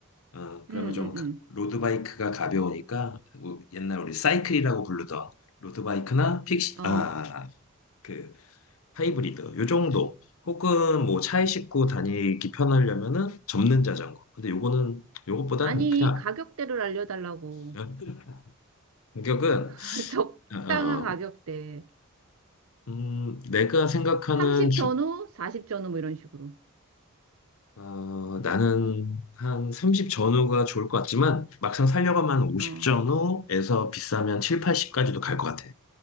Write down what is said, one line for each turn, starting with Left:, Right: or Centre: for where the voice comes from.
Left: 응 그러면
Right: 응,
Left: 좀 가-
Right: 응,
Left: 로드바이크가 가벼우니까 우- 옛날 우리 사이클이라고 부르던 로드바이크나 픽시
Right: 응.
Left: 아
Right: 어.
Left: 아, 아, 그 하이브리드 요 정도 혹은 뭐 차에 싣고 다니기 편하려면은 접는 자전거 근데 요거는 요것보단
Right: 아니,
Left: 그냥
Right: 가격대를 알려달라고.
Left: 그냥 가격은
Right: <laughs> 적당한
Left: 어, 어,
Right: 가격대.
Left: 음, 내가 생각하는
Right: 30
Left: 주
Right: 전후, 40 전후, 뭐 이런 식으로.
Left: 어, 나는 한 30 전후가 좋을 것 같지만 막상 살려고 면50
Right: 어,
Left: 전후에서 비싸면 7, 80까지도 갈 것 같아